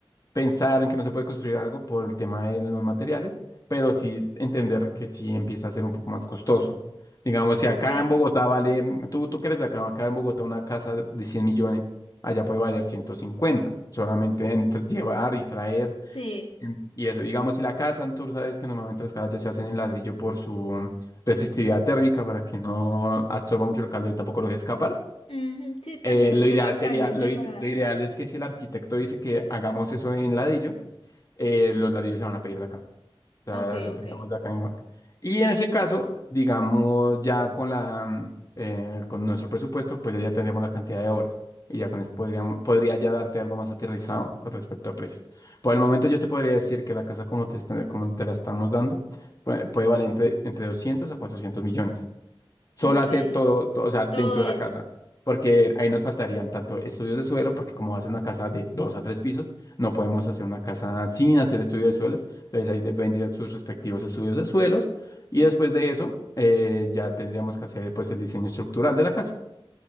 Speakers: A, on the left (about 40°); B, on the left (about 80°).
A: pensar en que no se puede construir algo por el tema de los materiales, pero sí entender que sí empieza a ser un poco más costoso. Digamos, si
B: Ok,
A: acá en Bogotá vale, tú, tú que eres de acá, acá en Bogotá una casa de 100 millones, allá puede valer 150 solamente entre llevar y traer.
B: sí.
A: En- Y eso, digamos, si la cazan, tú sabes que normalmente las casas ya se hacen en ladrillo por su mm, resistividad térmica para que no absorba mucho el calor y tampoco lo deje escapar.
B: Ujú, Sí, para
A: Eh,
B: que no
A: lo
B: esté
A: ideal
B: tan
A: sería,
B: caliente
A: lo, ide-
B: para...
A: lo ideal es que si el arquitecto dice que hagamos eso en ladrillo, eh, los ladrillos se van a pedir de acá sea,
B: Ok,
A: lo
B: ok,
A: teníamos acá en- Y en ese caso, digamos, ya con la, mm, eh, con nuestro presupuesto, pues ya tendríamos la cantidad de horas. Y ya con eso podríamos, podría ya darte algo más aterrizado con respecto a precio. Por el momento yo te podría decir que la casa como te, está- como te la estamos dando puede, puede valer entre, entre doscientos a cuatrocientos millones solo
B: ok.
A: hacer todo, todo, o sea, dentro
B: Todo eso.
A: de la casa, porque ahí nos faltarían tanto estudios de suelo, porque como va a ser una casa de dos a tres pisos, no podemos hacer una casa sin hacer estudios de suelos, entonces ahí vendrían sus respectivos estudios de suelos, y después de eso eh, ya tendríamos que hacer pues el diseño estructural de la casa.